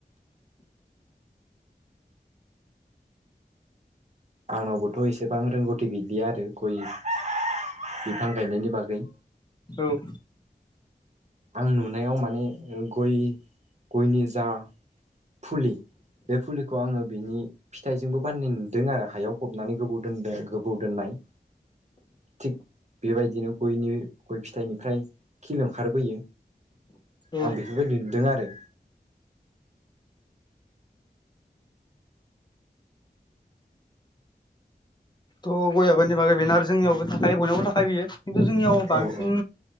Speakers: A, on the right (about 40°); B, on the left (about 25°).
A: आंनावबोथ' एसेबां रोंगौथि गैलिया आरो गय बिफां गायनायनि बागै।
B: औ।
A: आं नुनायाव माने ओ गय गयनि जा फुलि बे फुलिखौ आङो बिनि फिथाइजोंबो बानायनाय नुदों आरो हायाव फबनानै गोबाव दोन्दो गोबाव दोननाय। थिग बेबायदिनो गयनि गय फिथाइनिफ्राय खिल ओंखारबोयो।
B: औ
A: आं बेफोरबायदि नुदों आरो।
B: थ' गय आबादनि बागै बेनो आरो जोंनियावबो थाखायो बयनावबो थाखायो बियो। खिन्थु जोंनियाव बांसिन
A: औ औ